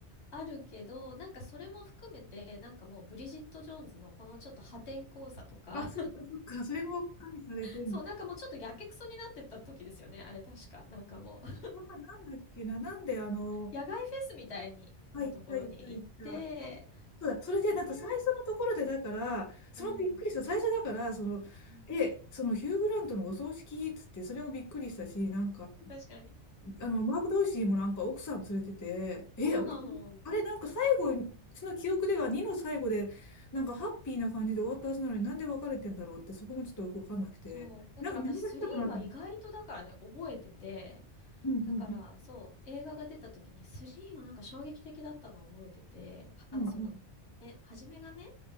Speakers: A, on the left; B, on the left.
A: あるけど、なんかそれも含めて、なんかもうブリジット・ジョーンズのこのちょっと破天荒さとか、
B: あ、そっかそっか、
A: <laughs>
B: それも加味されてるんです。
A: そうなんかもうちょっとやけくそになってた時ですよね、あれ確か。なんかもう、
B: まあ、なんだっけな、なんであの、
A: 野外フェスみたいになところに行って、
B: あ、いったいったいった。あそうだ、それでなんか最初のところで、
A: で、
B: だから、そのびっくりした、
A: うん、
B: 最初だから、その、
A: うん、
B: え、そのヒュー・グラントのお葬式っつって、それもびっくりしたし、なんか、
A: 確かに。
B: あの、マーク・ドーシーもなんか奥さん連れてて、え、
A: そうなの。
B: あれ、あれなんか最後、その記憶では2の最後で、なんかハッピーな感じで終わったはずなのになんで別れてんだろうって、そこもちょっとよくわかんなくて、
A: そう。だから私3は意外とだからね、
B: なんか見逃したかなと思って。
A: 覚えてて、
B: うんうんうん
A: だからそう、映画が出た時に3はなんか衝撃的だったのを覚えてて、はあの、
B: うんうん。
A: その、え、初めがね、